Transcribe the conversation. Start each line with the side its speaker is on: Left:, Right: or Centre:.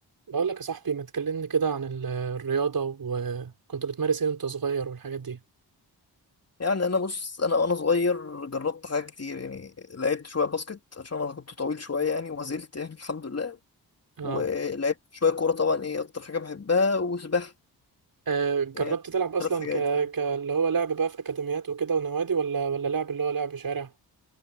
Right: بقول لك يا صاحبي ما تكلمني كده عن ال- الرياضة وكنت بتمارس ايه وانت صغير والحاجات دي
Left: يعني انا بص انا وانا صغير جربت حاجات كتير يعني لعبت شويه باسكت عشان انا كنت طويل شويه يعني وما زلت يعني <laughs> الحمد لله
Right: اه
Left: ولعبت شويه كوره طبعا ايه اكتر حاجه بحبها وسباحه
Right: آه، جربت
Left: يعني
Right: تلعب اصلا
Left: ثلاث حاجات
Right: ك...
Left: يعني
Right: ك اللي هو لعب بقى في اكاديميات وكده ونوادي ولا ولا لعب اللي هو لعب شارع